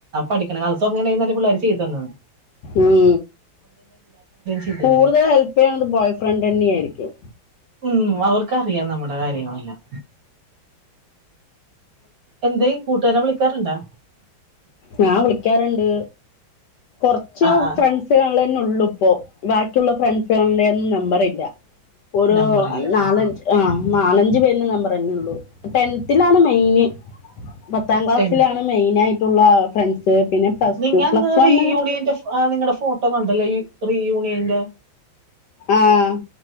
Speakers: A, on the right; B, on the left.
A: പഠിക്കണ അ അങ്ങനെ നല്ല പിള്ളേർ ചെയ്തു തന്നത്
B: ഉം
A: ചെയ്തേനെ
B: കൂടുതൽ ഹെല്പ് ചെയ്യണത് ബോയ് ഫ്രണ്ട് തന്നെയയിരിക്കും.
A: ഉം അവർക്കറിയാം നമ്മുടെ കാര്യങ്ങളെല്ലാം. എന്ത കൂട്ടുകാരം വിളിക്കാറുണ്ടാ.
B: ഞാൻ വിളിക്കാറുണ്ട്. കുറച്ച്
A: ആ ആ
B: ഫ്രണ്ട്സുകളിൽ തന്നെ ഉള്ളു ഇപ്പോ ബാക്കിയുള്ള ഫ്രണ്ട്സുകളുടെ നമ്പർല്ല ഒരു
A: നമ്പറില്ല
B: നാലഞ്ച്
A: ആ
B: ആ നാലഞ്ച പേരിന്റെ നമ്പർ തന്നെ ഉള്ളൂ. ടെൻത്തിലാണ് മെയിന് പത്താം ക്ലാസ്സിലാണ്
A: ടെൻ
B: മെയിന ആയിട്ടുള്ള ഫ്രണ്ട്സ് പിന്നെ പ്ലസ്
A: നിങ്ങന്ന്
B: ടു പ്ലസ് വണ്ണ്
A: റീ യൂണിയന്റെ നിങ്ങളുടെ ഫോട്ടോ കണ്ടല്ലോ. റീ യൂണിയന്റെ
B: ആം